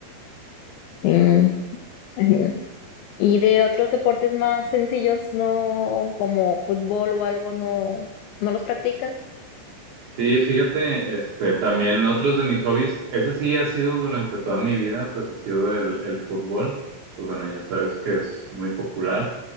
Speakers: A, on the left (about 80°); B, on the right (about 70°).
A: Sí, imagino. Y de otros deportes más sencillos, no como fútbol o algo, no no los practicas.
B: Sí, fíjate, este, también otros de mis hobbies, ese sí ha sido durante toda mi vida, pues ha sido el, el fútbol, pues bueno, ya sabes que es muy popular